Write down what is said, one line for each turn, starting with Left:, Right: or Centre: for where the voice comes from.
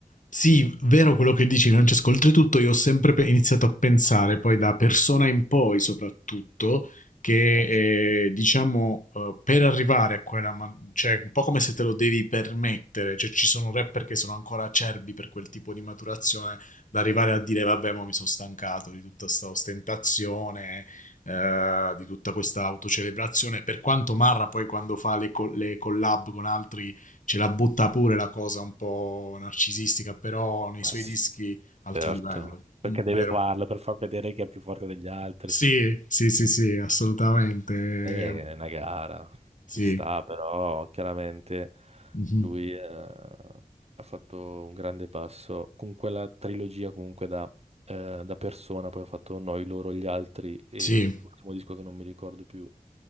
Left: Sì, vero quello che dici Francesco, oltretutto io ho sempre pe- iniziato a pensare, poi da persona in poi soprattutto, che
Right: Eh sì,
Left: eh, diciamo eh, per arrivare a quella, ma- cioè un po' come se te lo devi permettere, cioè ci sono rapper che sono ancora acerbi per quel tipo di maturazione, da arrivare a dire vabbè ma mi sono stancato di tutta questa ostentazione, eh, di tutta questa autocelebrazione, per quanto Marra poi quando fa le, co- le collab con altri ce la butta pure la cosa un po' narcisistica, però nei
Right: ma
Left: suoi
Right: Eh, sì,
Left: dischi altro
Right: certo.
Left: livello,
Right: Perché
Left: mm,
Right: deve
Left: vero?
Right: farlo per far vedere che è più forte degli altri.
Left: Sì, sì, sì, sì, assolutamente.
Right: Eh, è una gara,
Left: Sì,
Right: ci sta, però chiaramente
Left: Mhm.
Right: lui eh, ha fatto un grande passo con quella trilogia comunque da, eh, da persona, poi ha fatto Noi, loro, gli altri e
Left: sì,
Right: l'ultimo disco che non mi ricordo più.